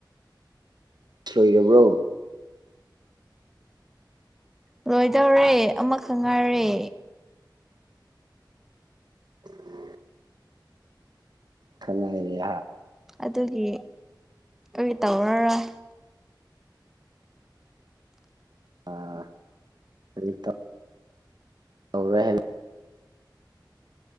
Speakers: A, on the right (about 60°); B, in the centre.
A: ꯂꯣꯏꯔꯕ꯭ꯔꯣ
B: ꯂꯣꯏꯗꯧꯔꯦ ꯑꯃ ꯈꯪꯉꯔꯦ
A: <inaudible> ꯈꯅꯥꯏꯔꯤ
B: ꯑꯗꯨꯒꯤ ꯀ ꯇꯧꯔꯔꯣꯏ
A: ꯑꯥꯠꯇ ꯑꯣ ꯔꯍ